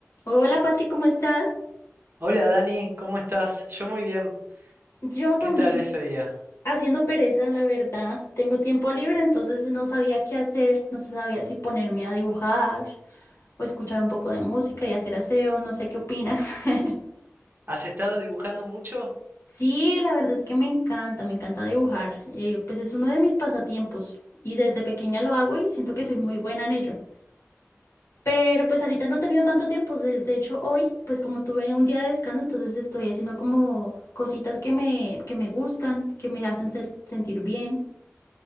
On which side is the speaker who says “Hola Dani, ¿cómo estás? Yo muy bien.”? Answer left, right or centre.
Right